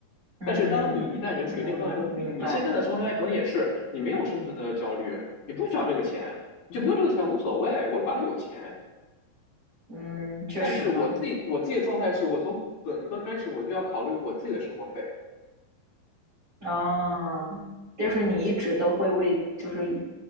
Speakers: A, on the right; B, on the left.
A: 嗯嗯，
B: 但是当你一旦人处于那个状态中，
A: 明白了，
B: 你现在的生活状态可能也是你没有生存的焦虑，你不需要这个钱，你就没有这个钱无所谓，我反正有钱。
A: 嗯，确实呢，
B: 但是我自己我自己的状态是我从本科开始我就要考虑我自己的生活费。
A: 啊，就是你一直都会为就是